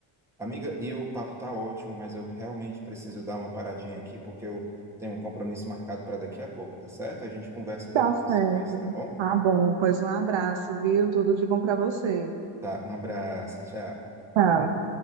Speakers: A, in the centre; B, on the right.
A: Amiga, e o papo tá ótimo, mas eu realmente preciso dar uma paradinha aqui porque eu tenho um compromisso marcado para daqui a pouco, tá certo? A gente conversa depois,
B: Tá certo.
A: mas tá bom?
B: Tá bom, pois um abraço, viu? Tudo de bom para você.
A: Tá, um abraço, tchau.
B: Tchau.